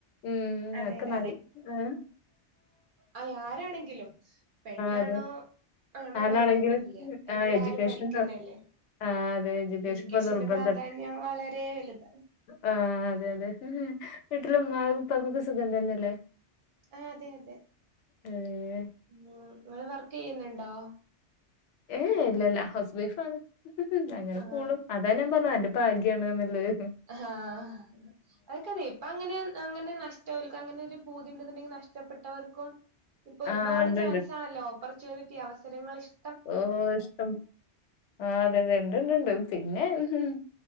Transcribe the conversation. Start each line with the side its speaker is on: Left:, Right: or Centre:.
Left: ഉം
Right: അതെ
Left: ഒക്കെ
Right: അതെ
Left: ന എ
Right: അഹ് ആരാണെങ്കിലും പെണ്ണാണോ
Left: അതെ
Right: ആണാണോഎന്നൊന്നുല്ല
Left: അതാണെങ്കിൽ
Right: എല്ലാരും
Left: ആ എഡ്യൂക്കേഷൻ
Right: പഠിക്കന്നല്ലേ
Left: ആ അതെ എഡ്യൂക്കേഷൻ
Right: എജ്യൂക്കേഷന്റെ
Left: ഇപ്പൊ നിർബന്ധം
Right: പ്രാധാന്യം വളരെ വലുത
Left: ആഹ് അതെ അതെ വീട്ടിലെ ഉമ്മാക്കും ഉപ്പാക്കൊക്കെ സുഖം തന്നെല്ലേ
Right: ആഹ് അതെ അതെ
Left: ഉം
Right: ഉ ഇങ്ങള് വർക്കയ്യുന്നുണ്ടോ
Left: ഏ എ ഇല്ലല്ല ഹൗസ് വൈഫ് ആണ് അങ്ങനെ
Right: ആഹ്
Left: പോണു അതന്നാൻ പറഞ്ഞു ഭാഗ്യാണ്ന്ന്ള്ള ഹ്
Right: ആഹ് അഹൊക്കതെ ഇപ്പ അങ്ങനെ അങ്ങനെ നശ് തോൽക്കങ്ങനെ ഒരു പൂതിണ്ട്ന്ന്ണ്ടെങ്കിൽ നഷ്ടപ്പെട്ടവർക്കും ഇപ്പൊ ഒരുപാട്
Left: ആ ഉണ്ട്
Right: ചാൻസാണല്ലോ
Left: ഉണ്ട്
Right: ഓർച്ചുണിറ്റി അവസരങ്ങൾ ഇശ്
Left: ഓ ഇഷ്ടം ആ അതെ അതെ ഇണ്ട്ണ്ട്ണ്ട് പിന്നെ ഹ് ഹ് ഹ്